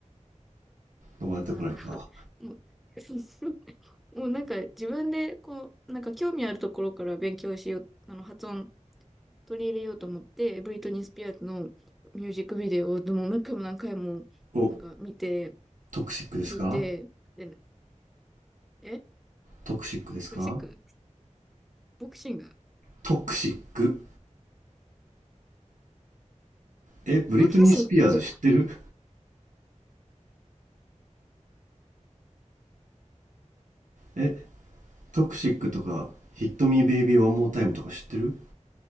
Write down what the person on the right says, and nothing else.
ノバ出てこないか
おトクシックですか
トクシックですか
トクシックえブリトニー・
スピアーズ知ってるえトクシックとかヒットミーベイビーワンモータイムとか知ってる